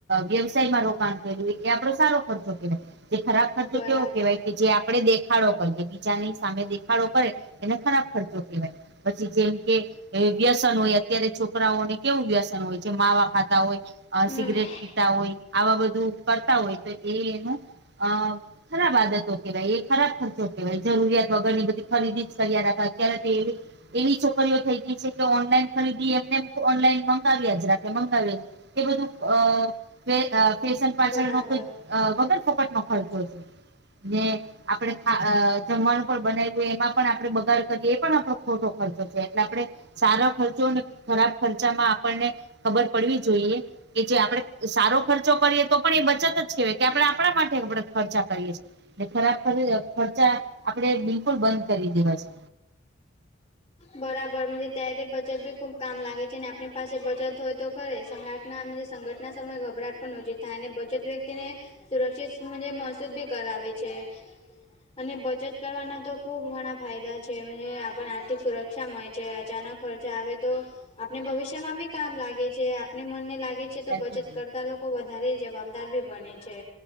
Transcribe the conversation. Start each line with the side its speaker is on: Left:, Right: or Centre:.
Right: વ્યવસાયમાં રોકાણ કર્યું એ આપડો સારો ખર્ચો કેવાય જે ખરાબ ખર્ચો
Left: બરાબર
Right: કેવો કેવાય કે જે આપડેે દે ખાડો કરી બીજાની સામે દેખાડો કરે એને ખરાબ ખર્ચો કહેવાય પછી જેમ કે એ વ્યસન હોય અત્યારે છોકરાઓને કેવું વ્યસ ન હોય જે માવા ખાતા હોય અહ
Left: હમ
Right: સિગરેટ પીતા હોય આવા બધું કરતા હોય તો એ એનું અહ ખરાબ આદતો કેવાય એ ખરાબ ખર્ચો કેવાય જરૂરિયાત વગરની બધી ખરીદી જ કર્યા રા તા અત્યારે તો એવી એવી છોકરીઓ થઈ ગઈ છે કે ઓનલાઈન ખરીદી એમને ઓનલાઈન મંગાવ્યા જ રાખે મંગાવ્યા એ બધું અહ ફે અહ ફેશન પાછળ
Left: બરાબર
Right: માં કોઈ અહ વગર ફોકટમાં ખર્ચો છે. ને આપડે આ અહ જમવાનું પણ બનાવ્યું એમાં પણ આપડે બગાર કરીએ એ પણ આપડો ખોટો ખર્ચો છે એટલે આપડે સારુ ખર્ચો ને ખરાબ ખર્ચા માં આપણને ખબર પડવી જોઈએ કે જે આપણે ડે સારો ખર્ચો કરીએ તો પણ એ બચત જ કેહેવાય કે આપડે આપડા માટે આપડા ખર્ચા કરીએ છીએ. ને ખરાબ ખર આપડે બિલકુલ બંધ કરી દેવા છે.
Left: બરાબર મંજે ત્યારે બચત બી ખુબ કામ લાગે છે ને આપણી પાસે બચત હોય તો ખરે સંગટના માંજે સંગઠટના સમયે ગભરાટ પણ નજી થાય અને બચત વ્યક્તિને સુરક્ષિત માંજે મસૂદ બી કરાવે છે. અને બચત કરવાના તો ખુબ ઘણા ફાયદા આપને આર્થિક સુર ક્ષા મળે છે અચાનક ખર્ચા આવે તો આપને ભવિષ્ય માં બી કામ લાગે છે આપને મનને લાગે છે તો
Right: સાચી
Left: બચત કરતા લોકો વધારે જવાબદાર ભી બને છે.